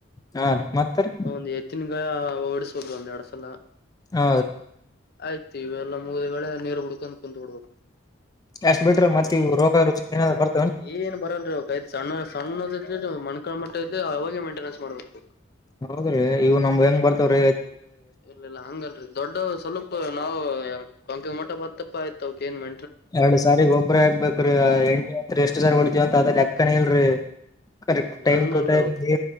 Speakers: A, on the left (about 20°); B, on the left (about 55°).
A: ಹಾ ರೀ ಮತ್ತ ರೀ
B: ಒಂದ್ ಎತ್ತಿನಗ ಓಡಿಸಬೋದು ಒಂದ್ ಎರಡ್ ಸಲ
A: ಆ
B: ಆಯ್ತು ಇವೆಲ್ಲ ಮುಗಿದಗಳೇ ನೀರು ಹುಡ್ಕೊಂಡ್ ಕುತ್ ಬಿಡ್ಬೇಕು
A: ಎಷ್ಟು ಬಿಟ್ರೆ ಮತ್ತ ರೋಗ ರುಚಿಏನ ಬರ್ತ
B: ಏನ್ ಬರಲ್ರಿ ಒಾಯ್ತ್ ಸಣ್ಣ ಸಣ್ಣದತ್ ಮಣಕಳ ಮಟ್ಟದ್ದೆ ಅವಾಗೆ ಮೈಂಟೆನೆನ್ಸ್ ಮಾಡ್ಬೇಕು
A: ಹೌದ್ರಿ ಇವು್ ನಮ್ ಹೆಂಗ್ ಬರ್ತವ್ರೀ
B: ಇರ್ಲ್ಲ ಇಿಲ್ಲ ಹಂಗಲ್ರರಿ ದೊಡ್ಡ ಸ್ವಲ್ಪ ನಾವು ಕೊಂಕ ಮಟ ಬತ್ತಪ್ಪ ಆಯ್ತ ಅವಕ್ ಏನ್ ಮಂ
A: ಎರಡ್ ಸಾರಿಗ್ ಒಬ್ಬ್ರ ಹಾಗ್ಬೇಕ್ರೀ ಎಂಡಿತ್ರಿ ಎಷ್ಟ್ ಸಾರಿ ಹೊಳಿತವಂತ ಅದ್ರ ಎಕ್ಕನ ಇಲ್ರಿ ಕರೆಕ್ ಟೈಮ್
B: ಹಂಗಲ್ರಿ
A: ಟು ಟೈಮ್
B: ಅವಕ್
A: ನೀ